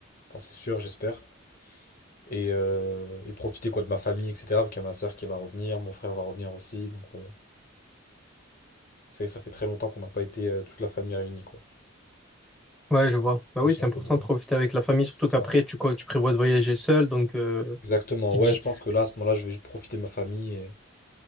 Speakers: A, on the left; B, in the centre.
A: Enfin, c'est sûr, j'espère. Et, euh, et profiter quoi de ma famille, etc. Parce qu'il y a ma soeur qui va revenir, mon frère va revenir aussi. Donc, euh, c'est vrai que ça fait très longtemps qu'on n'a pas été euh, toute la famille réunie, quoi.
B: Ouais, je vois. Bah
A: Je pense
B: oui, c'est
A: que ça
B: important
A: fait... euh,
B: de profiter avec la famille, surtout
A: C'est
B: qu'après,
A: ça.
B: tu, co- tu prévois de voyager seul, donc... euh,
A: Exactement.
B: qui dit-
A: Ouais, je pense que là, à ce moment-là, je vais juste profiter de ma famille. et-